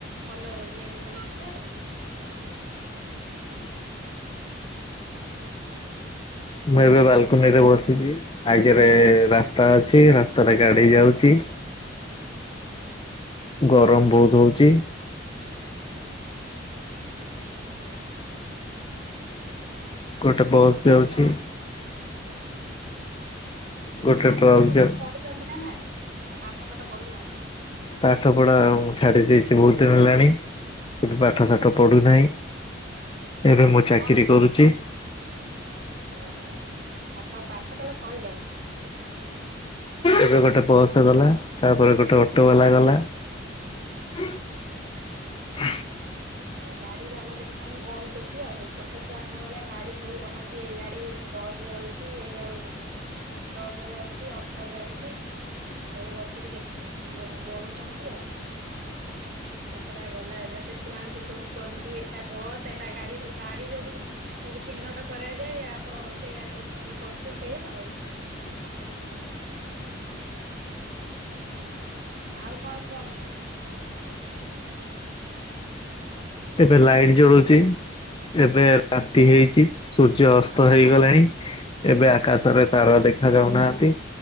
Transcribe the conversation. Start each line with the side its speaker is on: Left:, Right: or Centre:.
Right: ଭଲ ଇଏକୁ ଦେଖୁଛ।
Left: ହ
Right: ହଁ।
Left: ମୁଁ ଏବେ ବାଲକୁନିରେ ବସିଛି ଆଗରେ ରାସ୍ତା ଅଛି ରାସ୍ତାରେ ଗାଡି ଯାଉଛି। ହ ଗରମ ବହୁତ ହଉଚି।
Right: ଆଉ ଘର
Left: ଗୋଟେ ବସ୍
Right: କଣ
Left: ଯାଉଛି।
Right: କ
Left: ଗୋଟେ
Right: ଆଉ ପାଠ
Left: ଟ୍ରକ୍
Right: ଫାଠ
Left: ଯାଉ
Right: ସବୁ ପଢୁଛନ୍ତି ନା ନାଇଁ ଆ ପାଠ ଫାଠ ପଡ଼ୁନାହାନ୍ତି।
Left: ପାଠ ପଢା ମୁଁ ଛାଡି ଦେଇଛି ବହୁତ ଦିନ ହେଲାଣି। ଏବେ ପାଠସାଠ ପଢ଼ୁନାହିଁ। ଏବେ ମୁଁ
Right: ଆଉ
Left: ଚାକିରୀ
Right: କଣ
Left: କରୁଛି।
Right: ଓହୋ ଆଠ ପାଠ ତାହଲେ ସଇଲାଣି।
Left: ଏବେ ଗୋଟେ ବସ୍ ଗଲା, ତାପରେ ଗୋଟେ ଅଟୋ ବାଲା ଗଲା। <unintelligible>
Right: ଗାଡି ଭଲ ଦେଖୁଛନ୍ତି ଗଣୁଛନ୍ତି ଆଉ ଛୋଟ ଛୁଆଙ୍କ ଭଳିଆ ଗାଡି ସବୁ ଗଣନ୍ତି ଏଇ ଗାଡି ବସ୍ ଯାଉଛି ଏଇ ଯାଉ ଟ୍ରକ ଯାଉଛି ଅଟୋ ଯାଉଛି। ସବୁ ବସିକି ଦେଖୁ ଗଣୁଛନ୍ତି ଆଉ। କେତେଟା ଗଲା ଏ <unintelligible> ଛୁଆଙ୍କୁ ସବୁ କୁହନ୍ତି ଏଟା ବସ୍ ଏଟା ଗାଡି ସବୁ ଗାଡି ସବୁ ସବୁ ଚିହ୍ନଟ କରାଯାଏ ଆ ଆପଣ ସେଇଆକୁ ତମେ କରୁଛ ସେଇଆ ଆଉ
Left: <unintelligible>
Right: ଆଉ କଣ କୁହନ୍ତୁ?
Left: ଏବେ ଲାଇଟ୍ ଜଳୁଛି, ଏବେ ରାତି ହେଇଛି ସୂର୍ଯ୍ୟ ଅ ସ୍ତ ହେଇଗଲାଣି ଏବେ ଆକାଶରେ ତାରା ଦେଖା ଯାଉନାହାନ୍ତି।